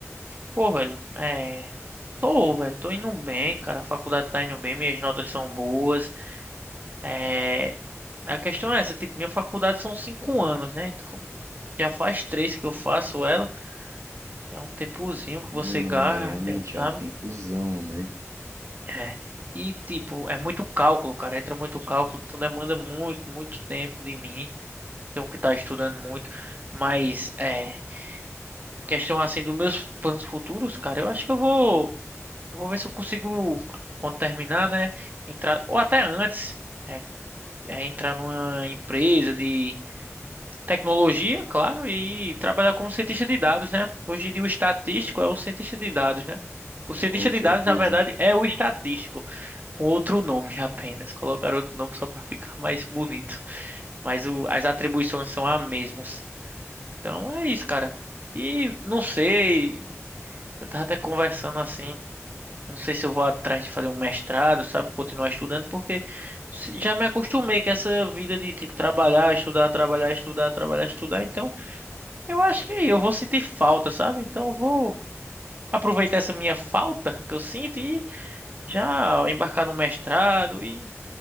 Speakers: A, on the right; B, on the right.
A: Pô, velho, é. Tô, velho, tô indo bem, cara. A faculdade tá indo bem, minhas notas são boas. É. A questão é essa, tipo, minha faculdade são cinco anos, né? Então, já faz três que eu faço ela. É um tempozinho que
B: Não,
A: você gasta,
B: é realmente,
A: sabe?
B: é um tempozão, né?
A: É. E, tipo, é muito cálculo, cara. Entra muito cálculo, então demanda muito, muito tempo de mim. Tenho que estar estudando muito. Mas, é. Em questão, assim, dos meus planos futuros, cara, eu acho que eu vou. Vou ver se eu consigo, quando terminar, né? Entrar, ou até antes, é, é entrar numa empresa de tecnologia, claro, e trabalhar como cientista de dados, né? Hoje em dia, o estatístico é o cientista de dados, né? O cientista
B: Com
A: de
B: certeza.
A: dados, na verdade, é o estatístico, com outro nome apenas. Colocaram outro nome só para ficar mais bonito. Mas o- as atribuições são as mesmas. Então é isso, cara. E não sei, eu tava até conversando assim. Não sei se eu vou atrás de fazer um mestrado, sabe? Continuar estudando, porque se- já me acostumei com essa vida de, tipo, trabalhar, estudar, trabalhar, estudar, trabalhar, estudar. Então, eu acho que eu vou sentir falta, sabe? Então, eu vou aproveitar essa minha falta que eu sinto e já embarcar no mestrado e